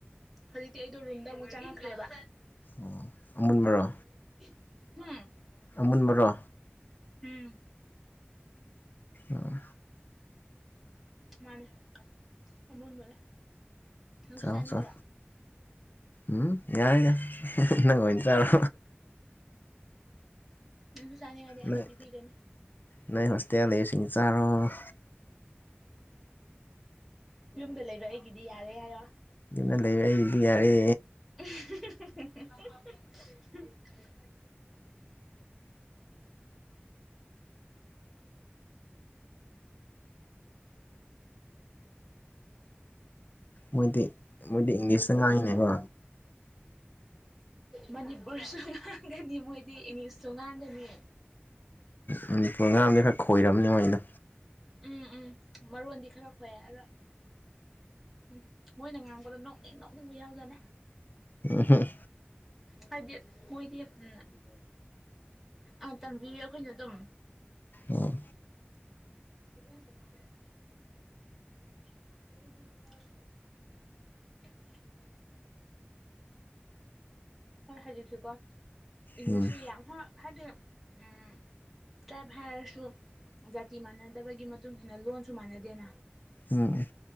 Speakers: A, in the centre; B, on the left (about 50°).
A: ꯍꯧꯖꯤꯛꯇꯤ ꯑꯩꯗꯣ ꯔꯨꯝꯗ ꯑꯃꯨꯛ ꯆꯪꯉꯛꯈ꯭ꯔꯦꯕ
B: ꯑꯣ ꯑꯃꯨꯟꯕꯔꯣ
A: ꯎꯝ
B: ꯑꯃꯨꯟꯕꯔꯣ
A: ꯎꯝ
B: ꯑꯣ
A: ꯃꯥꯅꯦ ꯑꯃꯨꯟꯕꯅꯦ ꯅꯪꯁꯨ
B: ꯆꯥꯎ
A: ꯆꯥꯅꯤꯡꯕ꯭ꯔꯥ
B: ꯆꯥꯎ ꯑꯝ ꯌꯥꯔꯦ ꯌꯥꯔꯦ ꯅꯪ ꯑꯣꯏꯅ ꯆꯥꯔꯣ
A: ꯎ ꯅꯪꯁꯨ ꯆꯥꯅꯤꯡꯉꯥꯏꯗꯤ ꯑꯩꯅ
B: ꯅꯣꯏ
A: ꯄꯤꯕꯤꯒꯅꯤ
B: ꯅꯣꯏ ꯍꯣꯁꯇꯦꯜ ꯂꯩꯕꯁꯤꯡ ꯆꯥꯔꯣ
A: ꯌꯨꯝꯗ ꯂꯩꯕ ꯑꯩꯒꯤꯗꯤ ꯌꯥꯔꯦ ꯍꯥꯏꯔꯣ
B: ꯑꯗꯨꯅ ꯂꯩꯔ ꯏꯗꯤ ꯌꯥꯔꯦ
A: <unintelligible> <unintelligible> <inaudible> <unintelligible> ꯎꯝ
B: ꯃꯣꯏꯗꯤ ꯃꯣꯏꯗꯤ ꯏꯪꯂꯤꯁꯇ ꯉꯥꯡꯉꯤꯅꯦꯀꯣ
A: ꯃꯅꯤꯄꯨꯔꯁꯨ ꯉꯥꯡꯒꯅꯤ ꯃꯣꯏꯗꯤ ꯏꯪꯂꯤꯁ ꯁ ꯉꯥꯡꯒꯅꯤ
B: ꯃꯅꯤꯄꯨꯔ ꯑ ꯉꯥꯝꯁ ꯈꯔ ꯈꯣꯏꯔꯝꯅꯤ ꯃꯣꯏꯩꯅ
A: ꯎꯝ ꯎꯝ ꯃꯔꯣꯟꯗꯤ ꯈꯔ ꯈꯣꯏꯑꯦ ꯑꯗ ꯎꯝ ꯃꯣꯏꯅ ꯉꯥꯡꯕꯗꯣ ꯅꯣꯛꯅꯤꯡ ꯅꯣꯛꯅꯤꯡꯕꯨ ꯌꯥꯎꯗꯅꯦ
B: ꯎꯝ
A: ꯍꯥꯏꯗꯤ ꯃꯣꯏꯗꯤ ꯎꯝ ꯑ ꯇꯝꯕꯤꯔ ꯑꯩꯈꯣꯏꯅ ꯑꯗꯨꯝ
B: ꯑꯥ
A: ꯏꯗꯅ ꯆꯃꯔꯦ <unintelligible> ꯑ ꯑꯗꯨꯒ ꯍꯣꯏ ꯍꯧꯖꯤꯛꯁꯨꯀꯣ ꯏꯪꯂꯤꯁꯁꯨ
B: ꯎꯝ
A: ꯌꯥꯝ ꯍꯥꯏꯗꯤ ꯎꯝ ꯇ꯭ꯔꯥꯏꯞ ꯍꯥꯏꯔꯁꯨ ꯖꯥꯇꯤ ꯃꯥꯟꯅꯗꯕꯒꯤ ꯃꯇꯨꯡ ꯃꯇꯨꯡꯏꯟꯅ ꯂꯣꯟꯁꯨ ꯃꯥꯟꯅꯗꯦꯅ
B: ꯎꯝ